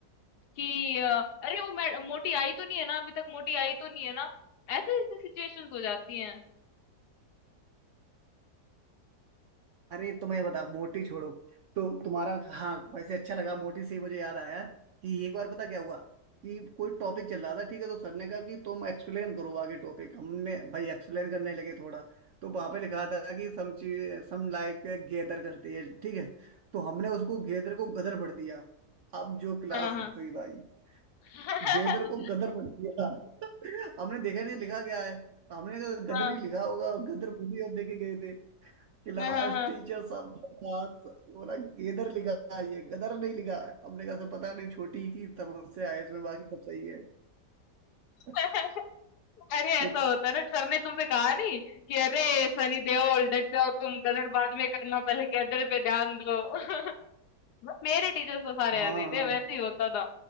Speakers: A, on the left; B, on the right.
A: कि अ, अरे वो मै- मोटी आई तो नहीं है ना अभी तक मोटी आई तो नहीं है ना ऐसे ऐसी सिचुएशंस हो जाती हैं
B: अरे तो मैं बता मोटी छोड़ो तो तुम्हारा हाँ वैसे अच्छा लगा मोटी से ही मुझे याद आया कि एक बार पता क्या हुआ कि कोई टॉपिक चल रहा था ठीक है तो सर ने कहा कि तुम एक्सप्लेन करो आगे टॉपिक हमने भाई एक्सप्लेन करने लगे थोड़ा तो वहां पे लिखा था कि सम चीज सम लाइक गेदर करती है ठीक है तो हमने उसको गेदर को गदर पढ़ दिया अब जो क्लास
A: हाँ हाँ
B: हंसी भाई
A: <laughs>
B: गेदर को गदर पढ़ दिया <laughs> हमने देखा नहीं लिखा क्या है हमने कहा, गदर
A: हाँ
B: ही लिखा होगा गदर बोली और देखे गए थे। क्लास
A: हाँ हाँ हाँ।
B: टीचर सब बकवास बोला गेदर लिखा है ये गदर नहीं लिखा है हमने कहा सर पता नहीं छोटी की समस्या है इसमें बाकी सब सही है
A: <laughs>
B: <laughs>
A: अरे ऐसा
B: तो
A: होता है ना सर ने तुमसे कहा नहीं कि अरे सनी देओल डट जाओ तुम गदर बाद में करना पहले गदर पे ध्यान दो <laughs> मेरे टीचर्स तो सारे
B: हाँ
A: ऐसे ही
B: हाँ
A: थे वैसे ही होता था